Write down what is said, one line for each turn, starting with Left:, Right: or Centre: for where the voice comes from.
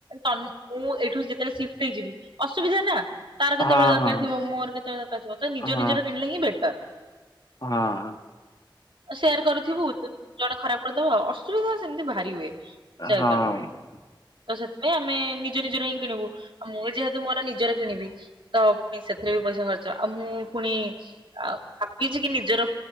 Right: ତନୁ ମୁଁ ଏଇଠୁ ଯେତେବେଳେ ସିଫ୍ଟ ହେଇଯିବି ଅସୁବିଧା ନା ତାର କେତେବେଳେ
Left: ହଁ
Right: ଦରକାର
Left: ହଁ
Right: ଥିବ ମୋର କେତେବେଳେ ଦରକାର ଥିବ ତ ନିଜ
Left: ହଁ
Right: ନିଜର କିଣିଲେ ହିଁ ବେଟର।
Left: ହଁ।
Right: ସେୟାର କରୁଥିବୁ ଜଣେ ଖରାପ କରିଦବ ଅସୁବିଧା ସେମିତି ଭାରି ହୁଏ।
Left: ହଁ।
Right: ସେୟାର କଲେ ତ ସେଥିପାଇଁ ଆମେ ନିଜ ନିଜର ହିଁ କିଣିବୁ ଆଉ ମୁଁ ଯେହେତୁ ମୋର ନିଜର କିଣିବି ତ ପୁଣି ସେଥିରେ ବି ପଇସା ଖର୍ଚ୍ଚ ଆଉ ମୁଁ ପୁଣି ଆଉ ଭାବିଛି କି ନିଜର